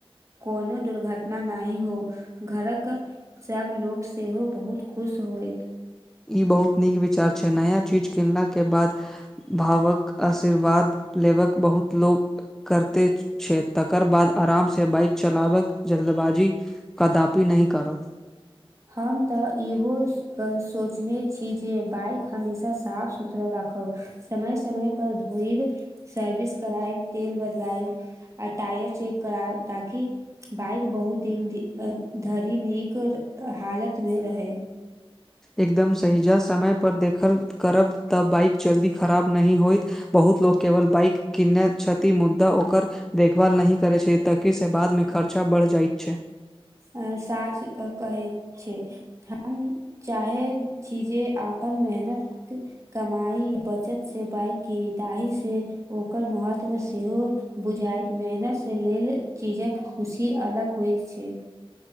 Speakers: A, on the right (about 30°); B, in the centre.
A: कोनो दुर्घटना नहि हो घरकऽ सभ लोकोग सेहो बहुत खुश होयत
B: ई बहुत नीक विचार छै नया चीज किनला के बाद भावक आशीर्वाद लेब कऽ बहुत लोक करते छै तकर बाद आरामसँ बाइक चलाबक जल्दबाजी कदापि नहि करब
A: हम त इहो सोचने छी जे बाइक हमेशा साफ सुथरा राखब समय समय पर धोइब सर्विस करायब तेल बदला यब टायर चेक करायब ताकि बाइक बहुत दिन धरि नीक हालत मे रहै
B: एकदम सहिजा समय पर देखलऽ करब तब बाइक जल्दी खराब नहि होइत बहुत लोक केवल बाइक किने क्षति मुद्दा ओकर देखभाल नहि करै छै, तकि से बादमे खर्चा बढ़ जाइत छै
A: आ साच कहै छै हम चाहे चीजे अपन मेहनत कमाई बचत से बाइक करदाही से ओकर महत्व सेहो बुझाइत मेहनत से लेलऽ चीजक खुशी अलग होइत छै